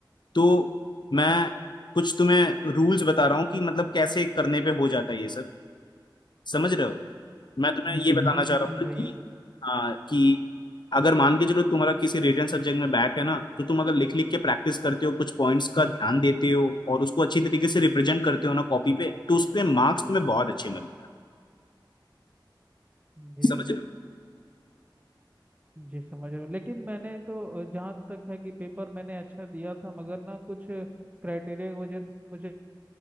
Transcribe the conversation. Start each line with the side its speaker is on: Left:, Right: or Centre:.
Left: तो मैं कुछ तुम्हें रूल्स बता रहा हूँ कि मतलब कैसे करने पे हो जाता है ये सब समझ रहे हो मैं तुम्हें ये बताना
Right: जी
Left: चाह
Right: जी
Left: रहा
Right: समझाइए
Left: हूँ ना कि
Right: कुछ
Left: हाँ कि अगर मान के चलो तुम्हारा किसी रिटर्न सब्जेक्ट में बैक है ना तो तुम अगर लिख लिख के प्रैक्टिस करते हो कुछ पॉइंट्स का ध्यान देते हो और उसको अच्छी तरीके से रिप्रेजेंट करते हो ना कॉपी पे तो उस पे मार्क्स तुम्हें बहुत अच्छे मिलते हैं
Right: जी
Left: समझ रहे हो
Right: जी समझ रहा हूँ लेकिन मैंने तो जहाँ तक है कि पेपर मैंने अच्छा दिया था मगर ना कुछ क्राइटेरिया की वजह से मुझे